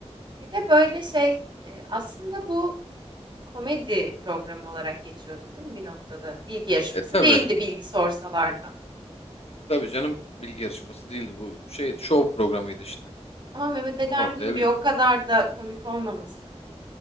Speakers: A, on the right; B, on the left.
A: Bir de böyle şey, e, aslında bu Komedi programı olarak geçiyordu değil mi bir noktada? Bilgi yarışması
B: E tabi.
A: değildi bilgi sorsalar da.
B: Tabi canım bilgi yarışması değildi bu. Şey show programıydı işte.
A: Ama Mehmet Ali Erbil'in
B: Ortaya
A: bir
B: bir
A: o kadar da komik olmaması.